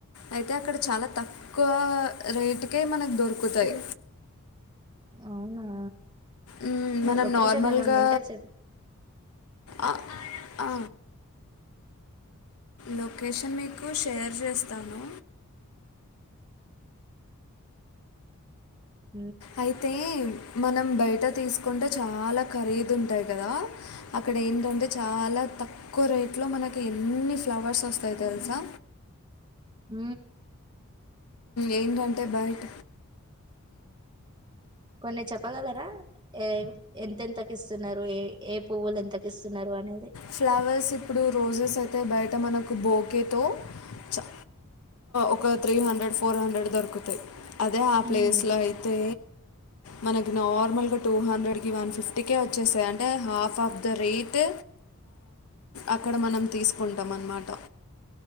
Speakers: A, on the left; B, on the right.
A: అయితే అక్కడ చాలా తక్కువ రేటుకే మనకు దొరుకుంది కుకుతాయి
B: అవునా
A: ఉమ్ మనం
B: లొకేషన్
A: నార్మల్గా
B: ఏమన్నా ఉంటే చెప్
A: ఆ ఆ లొకేషన్ మీకు షేర్ చేస్తాను
B: ఉ ఉ
A: అయితే మనం బయట తీసుకుంటే చాలా ఖరీదు ఉంటాయి కదా అక్కడ ఏంటంటే చాలా తక్కువ రేట్ లో మనకి ఏ అన్ని ఫ్లవర్స్ వస్తాయి తెలుసా
B: హ
A: ఏంటంటే బయట
B: కొన్ని చెప్పగలరా ఏ ఎంతెంతకు ఇస్తున్నారు ఏ పువ్వులు ఎంతకి ఇస్తున్నారు అనేది
A: ఫ్లవర్స్ ఇప్పుడు రోజెస్ అయితే బయట మనకు బోకేతో చ ఒక త్రీ హండ్రెడ్ ఫోర్ హండ్రెడ్ దొరుకుతాయి అదే ఆ ప్లేస్లో
B: ఉమ్
A: అయితే, మనకి నార్మల్ గా టూ హండ్రెడ్ కి, వన్ ఫిఫ్టీ కె వచ్చేస్తాయి. అంటే, ఆఫ్ ఆఫ్ ద రేట్ అక్కడ మనం తీసుకుంటాం అన్నమాట.